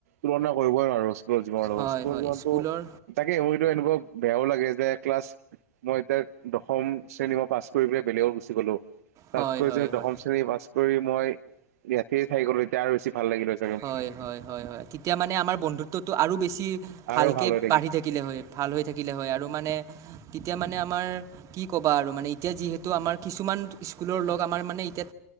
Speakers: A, on the right; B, on the right.
A: তুলনা কৰিবই নোৱাৰো স্কুলৰ জীৱনৰ লগত,
B: হয়
A: স্কুলৰ
B: হয়
A: জীৱনটো
B: স্কুলৰ
A: তাকে মোৰটো এনেকুৱাও বেয়াও লাগে যে ক্লাছ, মই এতিয়া দশম শ্ৰেণী মই পাছ কৰি পেলাই বেলেগত গুচি গ'লো,
B: হয়
A: তাতকৈ
B: হয়
A: যে
B: হয়
A: দশম শ্ৰেণী পাছ কৰি মই ইয়াতে থাকি গ'লো তেতিয়া আৰু বেচি ভাল লাগিল হয়।
B: হয়, হয়, হয়, হয়। তেতিয়া মানে আমাৰ বন্ধুত্বটো আৰু বেছি ভালকে
A: আৰু ভাল হৈ
B: বাঢ়ি থাকিলে হয়, ভাল হৈ থাকিলে হয় আৰু মানে, তেতিয়া মানে আমাৰ কি ক'বা আৰু মানে এতিয়া যিহেতু আমাৰ কিছুমান স্কুলৰ লগ আমাৰ মানে এতিয়া